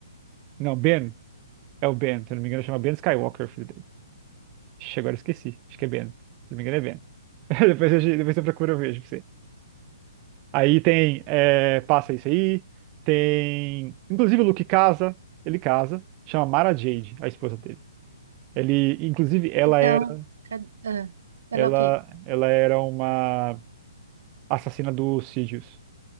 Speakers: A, on the right; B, on the right.
A: Não, Ben, é o Ben, se eu não me engano, chama Ben Skywalker, o filho dele. Ixi, agora eu esqueci, acho que é Ben. Se eu não me engano, é Ben. <laughs> Depois eu, depois eu procuro, eu vejo. Aí tem, é, passa isso aí, tem, inclusive o Luke casa, ele casa, chama Mara Jade, a esposa dele. Ele, inclusive, ela
B: Então,
A: era,
B: cad- ah, ela
A: ela,
B: é o quê?
A: ela era uma assassina do Sidious.